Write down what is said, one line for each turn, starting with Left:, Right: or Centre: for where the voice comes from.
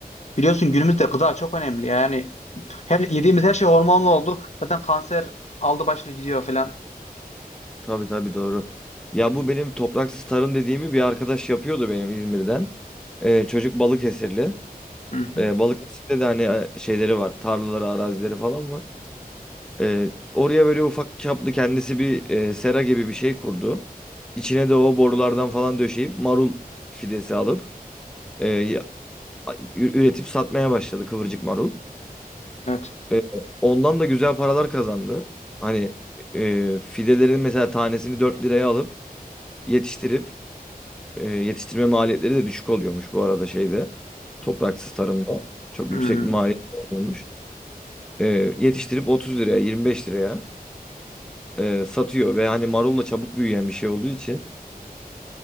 Left: biliyorsun günümüzde gıda çok önemli. Yani her yediğimiz her şey hormonlu oldu. Zaten kanser aldı başını gidiyor falan.
Centre: Tabii tabii doğru. Ya bu benim topraksız tarım dediğimi bir arkadaş yapıyordu benim İzmir'den. Ee, çocuk Balıkesirli.
Left: Hı hı.
Centre: Ee, Balıkesir'de de hani e, şeyleri var. Tarlaları, arazileri falan var. Ee, oraya böyle ufak çaplı kendisi bir e, sera gibi bir şey kurdu. İçine de o borulardan falan döşeyip marul fidesi alıp e, ya- üretip satmaya başladı kıvırcık marul.
Left: Evet.
Centre: E, ondan da güzel paralar kazandı. Hani e, fidelerin mesela tanesini 4 liraya alıp yetiştirip e, yetiştirme maliyetleri de düşük oluyormuş bu arada şeyde. Topraksız tarımda çok
Left: Hmm.
Centre: yüksek bir maliyet olmuyormuş. E, yetiştirip 30 liraya 25 liraya e, satıyor ve hani marulla çabuk büyüyen bir şey olduğu için